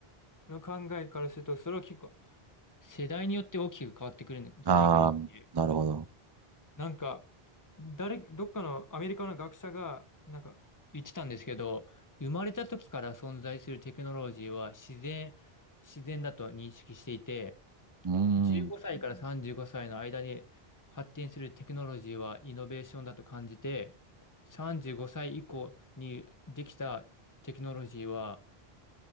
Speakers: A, on the left (about 20°); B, on the right (about 30°).
A: の考えからすると、それは結構世代によって大きく変わってくるんじゃないかなっていう。
B: ああ、なるほど。
A: なんか、誰、どっかのアメリカの学者が、なんか、言ってたんですけど、生まれた時から存在するテクノロジーは自然、自然だと認識していて、
B: うー
A: 15歳から35歳の間で発展するテクノロジーはイノベーションだと感じて、
B: ん、
A: 35歳以降にできたテクノロジーは